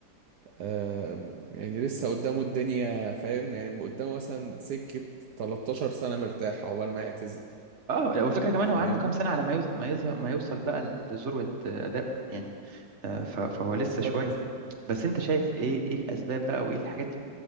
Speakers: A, on the right; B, on the right.
A: آم، يعني لسه قدامه الدنيا فاهم يعني قدامه مثلا سكة 13 سنة مرتاح عقبال ما يعتزل
B: اه والفكرة كمان
A: فاهمني
B: هو عنده كام سنة على ما يوز... ما يظهر ما يوصل بقى لذروة آه، أداء يعني آه، ف... فهو لسه
A: بالظبط
B: شوية بس أنت شايف إيه إيه الأسباب بقى وإيه الحاجات